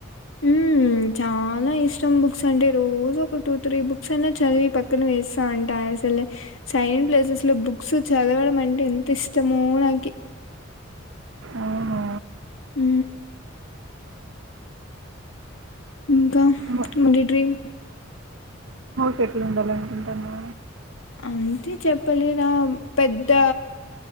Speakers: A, on the left (about 75°); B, on the right (about 70°).
A: ఉ చాలా ఇష్టం బుక్స్ అంటే రోజు ఒక టూ త్రీ బుక్స్ అయినా చదివి పక్కన వేస్తా అంటా అసలే సైన్ ప్లేసెస్ లో బుక్స్ చదవడం అంటే ఎంత ఇష్టమో నాకి
B: అవునా
A: అ ఇంకా
B: మ
A: మరి డ్రీమ్
B: చెట్లు ఉండాలినుకుంటానావ
A: అంతే చెప్పలేదా పెద్ద